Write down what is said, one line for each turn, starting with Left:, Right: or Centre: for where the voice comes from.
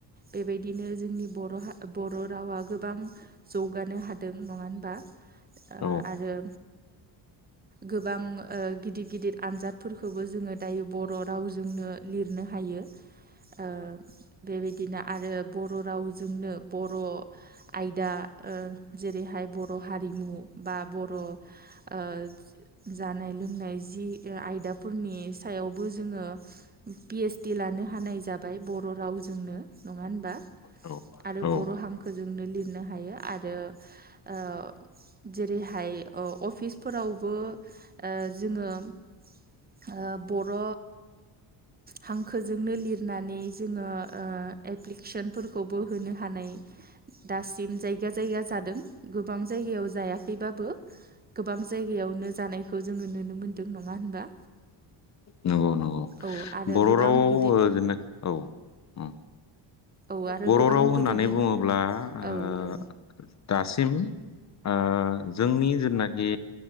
Right: बेबायदिनो जोंनि बर' बर' रावा गोबां जौगानो हादों नङा होनबा? ओ
Left: औ
Right: आरो गोबां ओ गिदिर गिदिर आनजादफोरखौबो जोङो दायो बर' रावजोंनो लिर नो हायो।
Left: <inaudible>
Right: ओ बेबायदिनो आरो बर' रावजोंनो बर' आयदा ओ जेरैहाय बर' हारिमु बा बर' ओ जानाय लोंनाय जि आयदाफोरनि सायावबो जोङो पि एइस डि लानो हानाय जाबाय बर' रावजोंनो नङा होनबा?
Left: औ
Right: आरो
Left: औ
Right: बर' हांखोजोंनो लिर नों हायो आरो ओ जेरैहाय अ अफिस फोरावबो ओ जोङो ओ बर' हां खोजोंनो लिरनानै जोङो ओ एप्लिकेसनफोरखौबो होनो हानाय दासिम जायगा जायगा जादों गोबां जायगायाव जायाखैबाबो। गोबां जायगायावनो जानायखौ जोङो नुनो मोनदों नङा होनबा?
Left: नंगौ नंगौ
Right: औ आरो
Left: बर'
Right: गोबां
Left: राव
Right: गिदिर
Left: <unintelligible> जना औ उम
Right: औ आरो
Left: बर'
Right: गोबां
Left: राव होननानै
Right: गिदिर गिदिर
Left: बुङोब्ला ओ
Right: औ औ
Left: दासिम ओ जोंनि जेनाखि